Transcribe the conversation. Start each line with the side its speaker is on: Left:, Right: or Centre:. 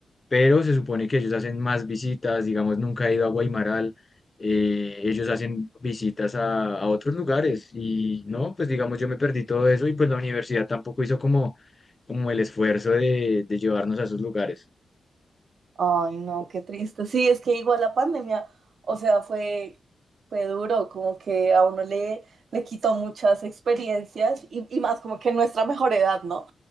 Left: pero se supone que ellos hacen más visitas, digamos, nunca he ido a Guaymaral, eh, ellos hacen visitas a, a otros lugares y no, pues digamos, yo me perdí todo eso y pues la universidad tampoco hizo como, como el esfuerzo de, de llevarnos a esos lugares.
Right: Ay, no, qué triste. Sí, es que igual la pandemia, o sea, fue, fue duro, como que a uno le, le quitó muchas experiencias y, y más como que nuestra mejor edad, ¿no?